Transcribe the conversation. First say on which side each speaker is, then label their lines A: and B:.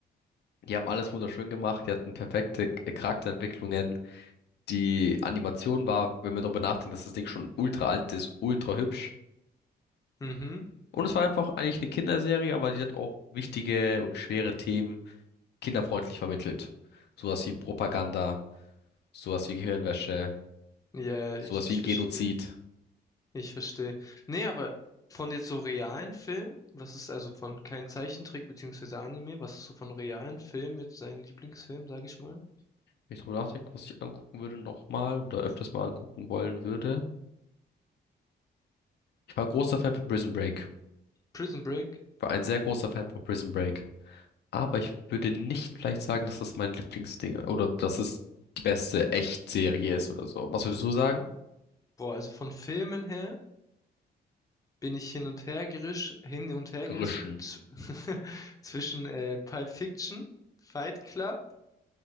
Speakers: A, on the left (about 70°); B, on the left (about 20°).
A: Die haben alles wunderschön gemacht. Die hatten perfekte K- Charakterentwicklungen. Die Animation war, wenn wir darüber nachdenken, dass das Ding schon ultra alt ist, ultra hübsch.
B: Mhm.
A: Und es war einfach eigentlich eine Kinderserie, aber die hat auch wichtige und schwere Themen kinderfreundlich vermittelt. Sowas wie Propaganda, sowas wie Gehirnwäsche,
B: Ja, ich,
A: sowas
B: ich
A: wie ein
B: verstehe.
A: Genozid.
B: Ich verstehe. Nee, aber von jetzt so realen Filmen, was ist also von kein Zeichentrick beziehungsweise Anime, was ist so von realen Filmen jetzt sein Lieblingsfilm, sag ich mal?
A: wenn ich drüber nachdenke, was ich angucken würde nochmal oder öfters mal angucken wollen würde. Ich war ein großer Fan von Prison Break.
B: Prison Break.
A: War ein sehr großer Fan von Prison Break. Aber ich würde nicht vielleicht sagen, dass das mein Lieblingsding oder dass es die beste Echtserie ist oder so. Was würdest du sagen?
B: Boah, also von Filmen her bin ich hin und her gerisch, hin und her
A: Grischen.
B: gerissen zw- <laughs> zwischen äh, Pulp Fiction, Fight Club,